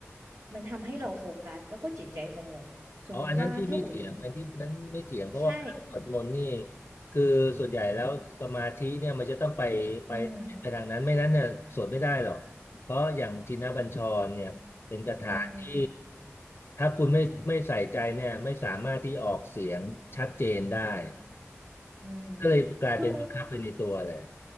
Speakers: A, on the right; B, on the left.
A: มันทำให้เราโฟกัสแล้วก็จิตใจสงบ สมมุติว่าถ้าอุ่น
B: อ๋ออันนั้นที่ไม่เถียงอันที่นั้นไม่เถียงเพราะว่าการสวดมนต์นี่
A: ใช่
B: คือส่วนใหญ่แล้วสมาธิเนี่ยมันจะต้องไปไปไปทางนั้นไม่นั้นเนี่ยสวดไม่ได้หรอกเพราะอย่างทินบัญชรเนี่ยเป็นคาถาที่
A: อืม อืม
B: ถ้าคุณไม่ไม่ใส่ใจเนี่ยไม่สามารถที่ออกเสียงชัดเจนได้
A: อืม
B: ก็เลยกลายเป็นบังคับไปในตัวเลย
A: คือ